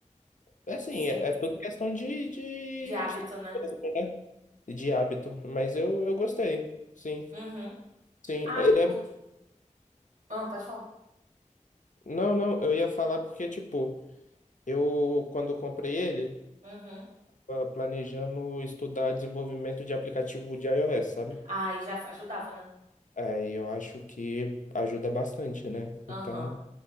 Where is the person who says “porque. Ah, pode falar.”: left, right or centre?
Right